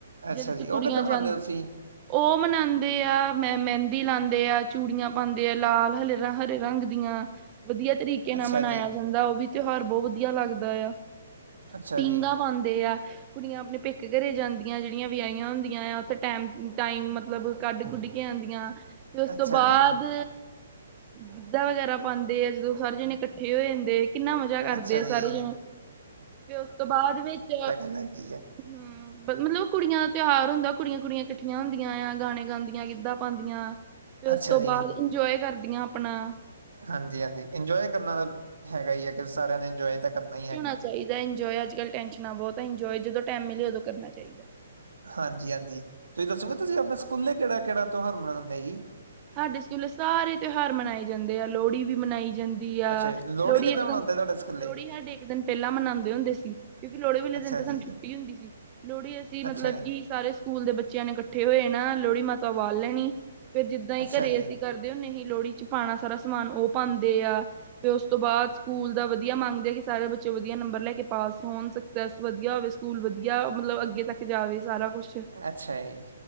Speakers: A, on the right; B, on the right.
A: ਅੱਛਾ
B: ਜਿਹਦੇ, ਚ
A: ਜੀ ਉਹ
B: ਕੁੜੀਆਂ
A: ਕਿੱਦਾਂ ਮਨਾਉਂਦੇ
B: ਜਾਂਦੀਆਂ।
A: ਹੋ ਤੁਸੀਂ
B: ਉਹ ਮਨਾਂਦੇ ਆ। ਮੈਂ ਮਹਿੰਦੀ ਲਾਂਦੇ ਆ, ਚੂੜੀਆਂ ਪਾਉਂਦੇ ਆ, ਲਾਲ -ਹਰੇ ਹਰੇ ਰੰਗ ਦੀਆਂ ਵਧੀਆ ਤਰੀਕੇ ਨਾਲ
A: ਅੱਛਾ
B: ਮਨਾਇਆ
A: ਜੀ
B: ਜਾਂਦਾ। ਉਹ ਵੀ ਤਿਉਹਾਰ ਬਹੁਤ ਵਧੀਆ ਲੱਗਦਾ ਆ।
A: ਅੱਛਾ
B: ਪੀਂਘਾ
A: ਜੀ
B: ਪਾਦੇ ਆ। ਕੁੜੀਆਂ ਆਪਣੇ ਪੇਕੇ ਘਰੇ ਜਾਂਦੀਆਂ। ਜਿਹੜੀਆਂ ਵਿਆਹੀਆਂ ਹੁੰਦੀਆਂ। ਉੱਥੇ ਟਮ ਟਾਈਮ ਮਤਲਬ ਕੱਢ ਗ ਕੁੱਢ ਆਂਦੀਆਂ ਤੇ ਉਸ
A: ਅੱਛਾ
B: ਤੋਂ ਬਾਅਦ
A: ਜੀ
B: ਗਿੱਧਾ ਵਗੈਰਾ ਪਾਉਂਦੇ ਆ। ਜਦੋਂ ਸਾਰੇ ਜਣੇ ਇਕੱਠੇ ਹੋ ਜਾਂਦੇ ਕਿੰਨਾ ਮਜ਼ਾ ਕਰਦੇ
A: ਅੱਛਾ
B: ਆ।
A: ਜੀ
B: ਸਾਰੇ ਜਾਣ ਫ ਉਸ ਤੋਂ ਬਾਅਦ ਵਿੱਚ
A: ਵਧੀਆ।
B: ਹੂੰ ਮਤਲਬ ੳ ਕੁੜੀਆਂ ਦਾ ਤਿਉਹਾਰ ਹੁੰਦਾ। ਕੁੜੀਆਂ-ਕੁੜੀਆਂ ਇਕੱਠੀਆਂ ਹੁੰਦੀਆਂ ਆ। ਗਾਣੇ ਗਾਂਦੀਆਂ, ਗਿੱਧਾ ਪਾਉਂਦੀਆਂ। ਫਿਰ ਉਸ
A: ਅੱਛਾ
B: ਤੋਂ
A: ਜੀ,
B: ਬਾਦ ਇੰਜੋਏ ਕਰਦੀਆਂ ਆਪਨਾ
A: ਹਾਂਜੀ-ਹਾਂਜੀ, ਇੰਜੋਏ ਕਰਨਾ ਦਾ ਹੈਗਾ ਈ ਹੈ। ਕਿ ਸਾਰਿਆਂ ਨੇ ਇੰਜੋਏ ਤਾਂ ਕਰਨਾ ਹੀ ਹੈਗਾ।
B: ਚ ਹੋਣਾ ਚਾਹੀਦਾ ਇੰਜੋਏ, ਅੱਜ ਕੱਲ ਟੈਸ਼ਨਾਂ ਬਹੁਤ ਹੈ। ਇੰਜੋਏ ਜਦੋਂ ਟੈਮ ਮਿਲੇ ਉਦੋਂ ਕਰਨਾ ਚਾਹੀਦਾ।
A: ਹਾਂਜੀ-ਹਾਂਜੀ, ਤੁਸੀਂ ਦੱਸੋਗੇ। ਤੁਸੀਂ ਆਪਣੇ ਸਕੂਲੇ ਕਿਹੜਾ-ਕਿਹੜਾ ਤਿਉਹਾਰ ਮਨਾਉਂਦੇ ਹੀ।
B: ਸਾਡੇ ਸਕੂਲੇ ਸਾਰੇ ਤਿਉਹਾਰ ਮਨਾਏ ਜਾਂਦੇ ਆ ਲੋਹੜੀ ਵੀ ਮਨਾਈ ਜਾਂਦੀ ਆ।
A: ਅੱਛਾ ਜੀ
B: ਲੋਹੜੀ
A: ਕਿੱਦਾਂ
B: ਇੱਕ
A: ਮਨਾਉਂਦੇ
B: ਦਿਨ
A: ਤੁਹਾਡੇ ਸਕੂਲੇ?
B: ਲੋਹੜੀ ਸਾਡੇ ਇੱਕ ਦਿਨ ਪਹਿਲਾਂ ਮਨਾਉਂਦੇ ਹੁੰਦੇ ਸੀ। ਕਿਉਂਕਿ ਲੋਹੜੀ ਵਾਲੇ
A: ਅੱਛਾ
B: ਦਿਨ ਤੇ
A: ਜੀ,
B: ਸਾਨੂੰ ਛੁੱਟੀ ਹੁੰਦੀ ਸੀ। ਲੋਹੜੀ ਅਸੀਂ ਮਤਲਬ
A: ਅੱਛਾ,
B: ਕਿ ਸਾਰੇ ਸਕੂਲ ਦੇ ਬੱਚਿਆਂ ਨੇ ਇਕੱਠੇ ਹੋਏ ਨਾ। ਲੋਹੜੀ ਮਾਤਾ ਵਾਲ ਲੈਨੀ ਫੇਰ ਜਿੱਦਾਂ ਹੀ
A: ਅੱਛਾ
B: ਘਰੇ,
A: ਜੀ,
B: ਅਸੀਂ ਕਰਦੇ ਹੁੰਦੇ ਸੀ। ਲੋਹੜੀ ਚ, ਪਾਉਣਾ ਸਾਰਾ ਸਮਾਨ ਉਹ ਪਾਂਦੇ ਆ। ਤੇ ਉਸ ਤੋਂ ਬਾਅਦ ਸਕੂਲ ਦਾ ਵਧੀਆ ਮੰਗਦੇ, ਕਿ ਸਾਰੇ ਬੱਚੇ ਵਧੀਆ ਨੰਬਰ ਲੈ ਕੇ ਪਾਸ ਹੋਣ। ਤੇ ਵਧੀਆ ਹੋਵੇ, ਸਕੂਲ ਵਧੀਆ ਮਤਲਬ ਅੱਗੇ ਤੱਕ ਜਾਵੇ। ਸਾਰਾ ਕੁਛ
A: ਅੱਛਾ ਜੀ